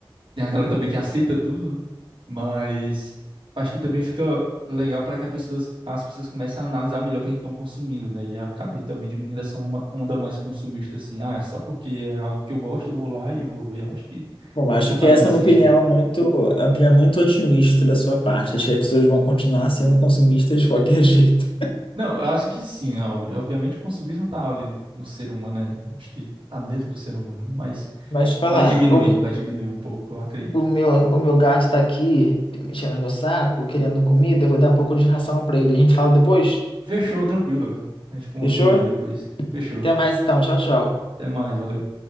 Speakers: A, on the right; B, on the left.
A: tem aquela também que aceita tudo, né? Mas acho que também fica legal para que a pessoas, as pessoas comecem a analisar melhor o que é que estão consumindo, né? E acabe também diminuindo essa uma- onda mais consumista, assim. Ah, é só porque é algo que eu gosto, eu vou lá e vou ver. Eu Acho que
B: Bom, acho
A: não faz
B: que essa
A: muito
B: é uma
A: sentido.
B: opinião muito, uma opinião muito otimista da sua parte. Acho que as pessoas vão continuar sendo consumistas de qualquer <laughs> jeito.
A: Não, eu acho que sim, ó, obviamente o consumismo tá ali no, no ser humano, né? Acho que tá dentro do ser humano, né? Mas
B: Mas falar,
A: vai diminuir,
B: o,
A: vai diminuir um pouco, eu acredito.
B: o meu, o meu gato tá aqui mexendo no meu saco, querendo comida, eu vou dar um pouco de ração pra ele. A gente fala depois?
A: Fechou, tranquilo, cara. A gente continua
B: Fechou?
A: aí depois. Fechou.
B: Até mais então, tchau, tchau.
A: Até mais, valeu.